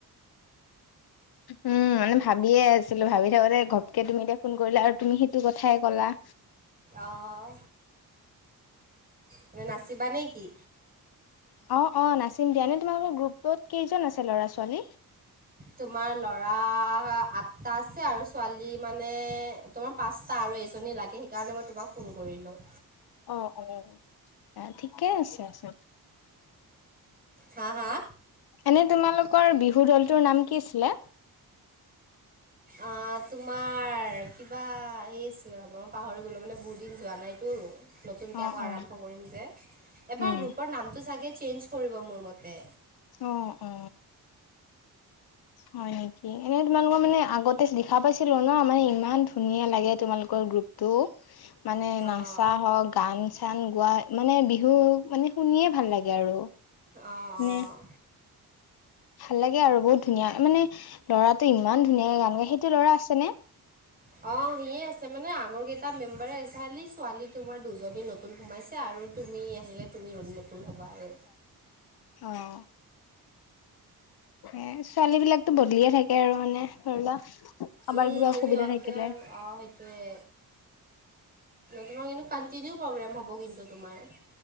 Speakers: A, on the left (about 75°); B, on the right (about 25°).
A: উম মানে ভাবিয়ে আছিলো ভাবি থাকোতে ঘপকে তুমি এতিয়া ফোন কৰিলা আৰু তুমি সেইটো কথাই কলা
B: আহ মানে নাচিবা নে কি
A: অ অ নাচিম দিয়া নে তোমালোকৰ গ্ৰুপত কেইজন আছে ল'ৰা ছোৱালী
B: তোমাৰ লৰা আঠটা আছে আৰু ছোৱালী মানে তোমাৰ পাঁচটা আৰু এেইজনী লাগে সেইকাৰণে মই তোমাক ফোন কৰিলোঁ
A: অ অ এ ঠিকে আছে আছে
B: হা হা
A: এনে তোমালোকৰ বিহু দলটোৰ নাম কি আছিলে
B: অ তোমাৰ বাা সে আছিলে ৰবা মই পাহৰি গ'লো মানে বহুত দিন যোৱা নাইতো নতুনকে
A: অ
B: আকৌ আৰম্ভ
A: অ
B: কৰিম যে এবাৰ
A: উম
B: গ্ৰুপৰ নামটো চাগে চেঞ্জ কৰিব মোৰ মতে
A: অ অ হয় নেকি এনে তোমালোকৰ মানে আগতে দেখা পাইছিলো ন মানে ইমান ধুনীয়া লাগে তোমালোকৰ গ্ৰুপতটো মানে
B: অঁ
A: নচা হওঁক গান চান গোৱা মানে বিহু মানে শুনিয়ে ভাল লাগে আৰু
B: অঁ
A: নে
B: অঁ
A: ভাল লাগে আৰু বহুত ধুনীয়া মানে ল'ৰাটো ইমান ধুনীয়া গান গাই সেইটো ল'ৰা আছেনেে
B: অ সিয়ে আছে মানে আগৰ কেইটা মেম্বাৰে এজালি ছোৱালী তোমাৰ দুজনী নতুন সোমাইছে আৰু তুমি আহিলে তুমি নতুন হ'বা আৰু
A: অ', এ ছোৱালী বিলাকতো বদলিয়ে থাকে আৰু মানে ধৰি লোৱা কাৰোবাৰ
B: উম,
A: কিবা অসুবিধা
B: সিহঁতে
A: থাকিলে
B: আৰু অ, সেইটোয়ে তোমাৰ কিন্তু কণ্টিনিউ প্ৰগ্ৰেম হ'ব কিন্তু তোমাৰ